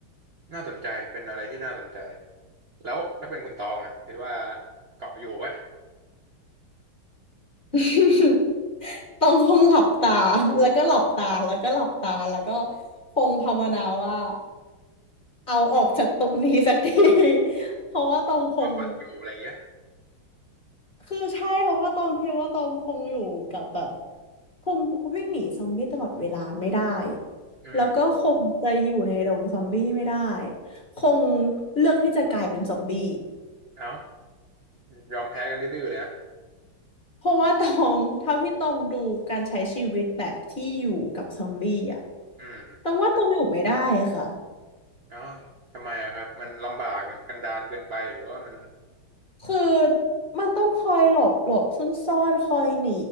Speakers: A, on the right; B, on the left.
A: น่าสนใจเป็นอะไรที่น่าสนใจแล้วถ้าเป็นคุณตองอ่ะคิดว่าเกาะอยู่ปะ
B: <laughs> ต้องคงหลับตาแล้วก็หลับตาแล้วก็หลับตาแล้วก็คงภาวนาว่าเอาออกจากตรงนี้สักที <laughs> เพราะว่าตองคง
A: ก็ฝันอยู่อะไรอย่างเงี้ย
B: คือใช่เพราะว่าตองคิดว่าตองคงอยู่กับแบบคงวิ่งหนีซอมบี้ตลอดเวลาไม่ได้
A: อืม
B: แล้วก็คงจะอยู่ในดงซอมบี้ไม่ได้คงเลือกที่จะกลายเป็นซอมบี้
A: เอายอมแพ้กันดื้อๆเลยนะ
B: เพราะว่าตองเท่าที่ตองดูการใช้ชีวิตแบบที่อยู่กับซอมบี้อ่ะ
A: อืม
B: ตองว่าตองอยู่ไม่ได้ค่ะ
A: เอ้าทำไมอะครับมันลำบากกันดารเกินไปหรือว่ามัน
B: คือมันต้องคอยหลบหลบซ่อนซ่อนคอยหนี